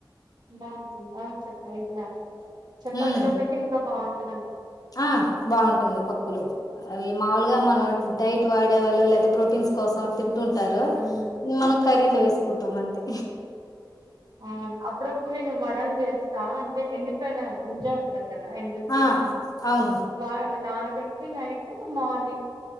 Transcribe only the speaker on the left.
ఉమ్
ఆ బాగుంటుంది పప్పులు అవి మావులుగా మనం
డైట్ వాడేవాళ్ళు లేతే ప్రోటీన్స్ కోసం తింటుంటారు
మనం కర్రీలో వేసుకుంటాం అంతే
ఆ అవును